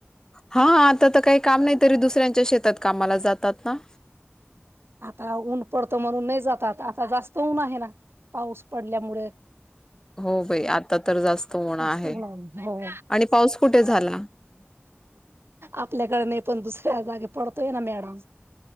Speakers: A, on the left; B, on the right.
A: हा आता तर काही काम नाही तरी दुसऱ्यांच्या शेतात कामाला जातात ना
B: आता ऊन पडतं म्हणून नाही जातात आता जास्त ऊन आहे ना पाऊस पडल्यामुळे
A: हो बाई आता तर जास्त ऊन आहे
B: स्ते हो
A: आणि पाऊस कुठे झाला?
B: आपल्याकडे नाही पण दुसऱ्या जागे पढत न म्याड